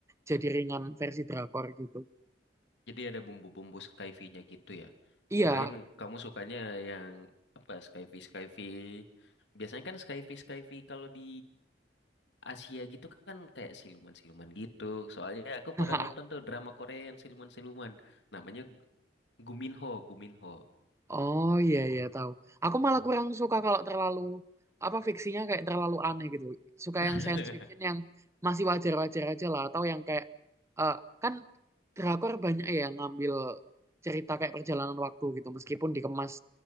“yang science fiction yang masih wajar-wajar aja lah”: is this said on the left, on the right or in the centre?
Right